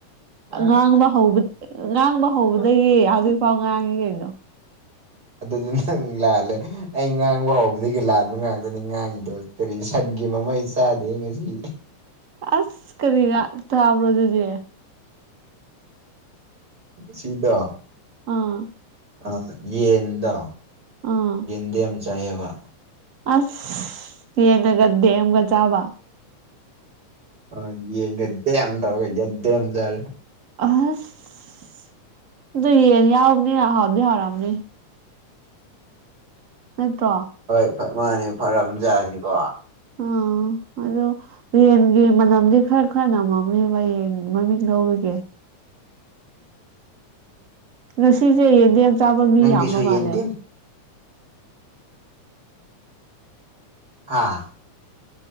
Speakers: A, on the right (about 30°); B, on the right (about 65°).
A: ꯑꯥ
B: ꯉꯥꯡꯕ ꯍꯧꯕ ꯉꯥꯡꯕ ꯍꯧꯕꯗꯒꯤ
A: ꯎꯝ
B: ꯍꯧꯖꯤꯛꯐꯥꯎ ꯉꯥꯡꯉꯦ ꯀꯩꯅꯣ
A: ꯑꯗꯨꯗꯤ ꯅꯪ ꯂꯥꯜꯂꯦ ꯑꯩ ꯉꯥꯡꯕ ꯍꯥꯎꯕꯗꯒꯤ ꯂꯥꯟꯕ ꯉꯥꯛꯇꯅꯤ ꯉꯥꯡꯉꯤꯗꯣ ꯀꯔꯤ ꯁꯟꯒꯤ ꯃꯃꯩ ꯆꯥꯗꯦ ꯉꯁꯤ
B: ꯑꯁ ꯀꯔꯤꯒ ꯊꯥꯕ꯭ꯔꯣ ꯑꯗꯨꯗꯤ
A: ꯁꯤꯗꯥ
B: ꯑꯥ
A: ꯑ ꯌꯦꯟꯗꯣ
B: ꯑꯥ
A: ꯌꯦꯟꯗꯤ ꯌꯥꯝ ꯆꯥꯏꯑꯕ
B: ꯑꯁ ꯌꯦꯡꯅꯒ ꯗꯦꯝ ꯑꯃꯒ ꯆꯥꯕ
A: ꯑ ꯌꯦꯡꯒꯗꯦ ꯌꯥꯝ ꯇꯧꯔꯒ ꯌꯦꯗꯦꯝ ꯑꯃ ꯇꯔꯦ
B: ꯑꯁ ꯑꯗꯨ ꯌꯦꯟ ꯌꯥꯎꯕꯅꯦꯅ ꯍꯥꯞꯗꯤ ꯍꯥꯔꯛꯑꯝꯅꯤ ꯅꯠꯇ꯭ꯔꯣ
A: ꯍꯣꯏ ꯃꯥꯅꯦ ꯐꯔꯝꯖꯥꯁꯤꯅꯤꯀꯣ
B: ꯑꯥ ꯑꯗꯣ ꯌꯦꯟꯒꯤ ꯃꯅꯝꯗꯤ ꯈꯔ ꯈꯔꯅ ꯃꯝꯃꯦꯕ ꯌꯦꯟ ꯃꯃꯤꯡ ꯂꯧꯕꯒꯦ ꯉꯁꯤꯁꯦ ꯌꯦꯗꯦꯝ ꯆꯥꯕ ꯃꯤ
A: ꯅꯪꯒꯤꯁꯨ
B: ꯌꯥꯝꯕ ꯃꯥꯜꯂꯦ
A: ꯌꯦꯟꯗꯦꯝ ꯍꯥꯥ